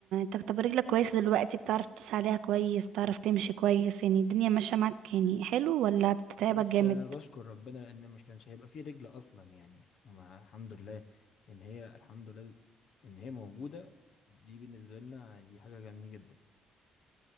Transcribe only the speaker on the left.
بص
أنا بشكر ربنا لأن مش كانش هيبقى فيه رجل أصلا يعني هما الحمد لله إن هي الحمد لله إن هي موجودة دي بالنسبة لنا دي حاجة جميلة جدا